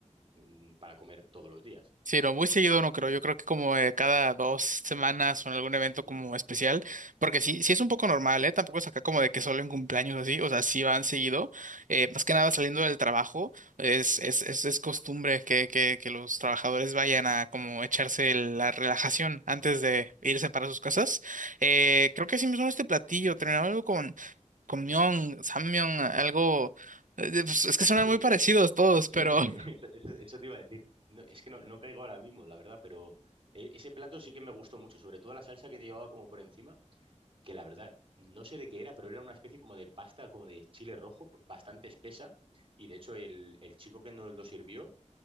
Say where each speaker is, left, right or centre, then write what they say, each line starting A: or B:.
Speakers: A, on the right (about 45°); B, on the right (about 85°).
A: mm, para comer todos los días.
B: Sí, no, muy seguido no creo. Yo creo que como eh, cada dos semanas o en algún evento como
A: Mm,
B: especial, porque sí, sí es un poco normal, ¿eh? Tampoco es acá como de que solo en cumpleaños así, o sea, sí van seguido. Eh, más que nada saliendo del trabajo, es,
A: mm.
B: es, es, es costumbre que, que, que los trabajadores vayan a como echarse la relajación antes de irse para sus casas. Eh, creo que sí me suena este platillo, terminaba algo con, con Myeon, Sammyeon, algo... eh, pues, Es que suenan
A: Es que
B: muy parecidos todos,
A: Sí,
B: pero...
A: <laughs>
B: <laughs>
A: eso, eso- eso te iba a decir. No, es que no, no caigo ahora mismo, la verdad, pero e- ese plato sí que me gustó mucho, sobre todo la salsa que te llevaba como por encima, que la verdad, no sé de qué era, pero era una especie como de pasta, como de chile rojo, bastante espesa, y de hecho el, el chico que nos lo sirvió